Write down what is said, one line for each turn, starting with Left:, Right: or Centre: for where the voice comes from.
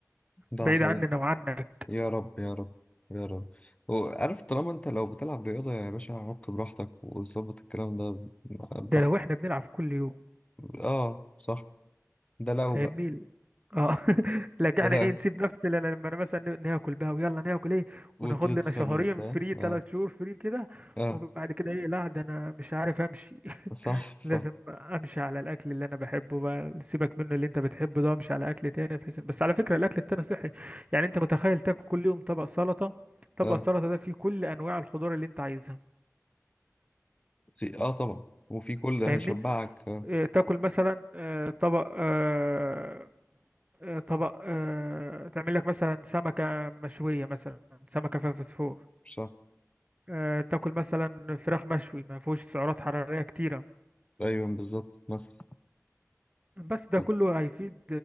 Left: ده
Right: بعيد
Left: حقيقي
Right: عننا وعنك
Left: يا رب يا رب يا رب وعارف طالما انت لو بتلعب رياضة يا باشا عك براحتك وظبط الكلام ده
Right: ده
Left: براحتك
Right: لو احنا بنلعب كل يوم
Left: اه صح ده لو
Right: فاهمني
Left: بقى
Right: اه <laughs> لكن
Left: ده
Right: احنا
Left: لو
Right: ايه نسيب نفس لنا لما انا مثلا ناكل بقى ويلا ناكل ايه
Left: وتتخن
Right: وناخد لنا شهرين
Left: وبتاع
Right: فري
Left: اه
Right: ثلاث شهور فري كده
Left: اه
Right: وبعد كده ايه لا ده انا مش عارف امشي
Left: صح صح
Right: لازم امشي على الاكل اللي انا بحبه بقى سيبك منه اللي انت بتحبه ده امشي على اكل تاني بحيث بس على فكره الاكل التاني صحي يعني انت متخيل تاكل كل يوم طبق سلطه طبق
Left: اه
Right: السلطه ده فيه كل انواع الخضار اللي انت عايزها
Left: في اه طبعا وفي كل
Right: فاهمني
Left: هيشبعك آه.
Right: اه تاكل مثلا اه طبق اه آه، طبق اه تعمل لك مثلا سمكه مشويه مثلا سمكه فيها فوسفور
Left: صح
Right: اه تاكل مثلا فراخ مشوي ما فيهوش سعرات حراريه كتيره
Left: ايوه بالظبط مثلا
Right: بس ده
Left: طب،
Right: كله هيفيد